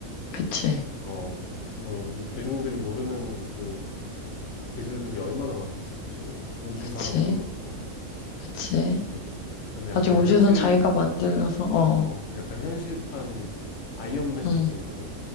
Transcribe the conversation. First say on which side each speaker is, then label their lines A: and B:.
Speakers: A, on the left (about 85°); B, on the left (about 55°).
A: 그치,
B: 어, 뭐, 우리 대중들이 모르는 그 기술들이 얼마나 많겠어, 지금. 우주
A: 그치,
B: 산업도 그렇고.
A: 그치.
B: 음. 그래서 약간
A: 아직 우주선
B: 현실,
A: 자기가 만들어서 어,
B: 어, 그래서 약간 현실판 아이언맨
A: 응.
B: 느낌이거든?